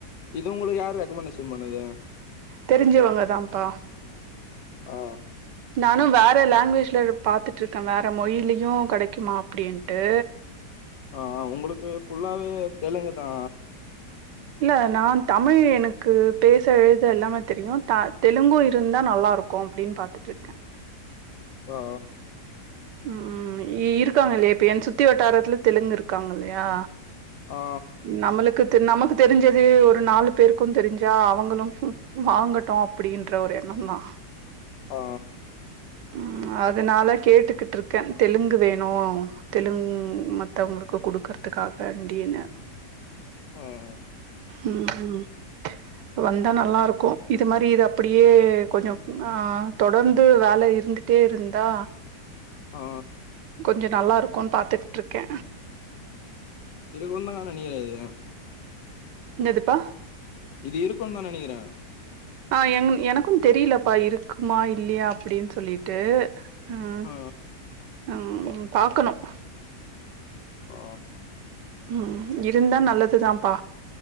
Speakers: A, on the left (about 80°); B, on the right (about 85°).
A: இது உங்களுக்கு யாரு ரெக்கமெண்டேஷன் பண்ணுது
B: தெரிஞ்சவங்கதான்ப்பா
A: ஆ
B: நானும் வே வேற லாங்குவேஜ்ல பாத்துட்டு இருக்கே வேற மொழிலயும் கெடைக்குமா அப்படின்ட்டு
A: ஆ அ உங்களுக்கு ஃபுல்லாவே தெலுங்கு தா
B: இல்ல நா தமிழ் எனக்கு பேச எழுத எல்லாமே தெரியும் த தெலுங்கு இருந்தா நல்லா இருக்கும் அப்டின்னு பாத்துட்டு இருக்கே
A: ஆ
B: ம் இருக்காங்க இல்லையா இப்ப என் சுத்தி வட்டாரத்துல தெலுங்கு இருக்காங்க இல்லையா
A: ஆ
B: நம்ளுக்கு நமக்கு தெரிஞ்சது ஒரு நாலு பேருக்கும் தெரிஞ்சா அவங்களும் வாங்கட்டும் அப்டின்ற ஒரு எண்ணம் தா
A: ஆ
B: ம் அதுனாலா கேட்டுக்கிட் ருக்கே தெலுங்கு வேணும் தெலுங்கு மத்தவங்களுக்கு கடுக்கறதுக்காக அப்டினு
A: ம்
B: ம் ம் வந்தா நல்லா இருக்கும் இது மாரி இது அப்டியே கொஞ்சம் ஆ தொடர்ந்து வேலை இருந்துட்டே இருந்தா
A: ஆ
B: கொஞ்சம் நல்லாரு ருக்கும்னு பாத்துட்டுட இருக்கே
A: இருக்கும் தாங்க நெனைக்கிறே இது
B: என்னதுபா
A: இது இருக்கும்னு தா நெனைக்கிறே
B: ஆ எ எனக்கும் தெரியலப்பா இருக்குமா இல்லையா அப்டின்னு சொல்லிட்டு ம்
A: ஆ
B: ம் பாக்கணும்
A: ஆ
B: ம் இருந்தா நல்லதுதான்ப்பா